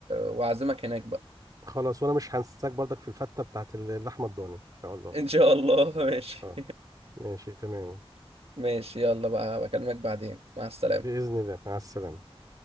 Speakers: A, on the right (about 75°); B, on the right (about 40°).
A: واعزمك هناك بقى
B: وخلاص وانا مش هنساك برضك في الفتة بتاعت اللحمة الضاني ان شاء الله
A: ان شاء الله <laughs> ماشي
B: اه ماشي تمام
A: <laughs> ماشي يلا بقى بكلمك بعدين مع السلامه
B: بإذن الله مع السلامة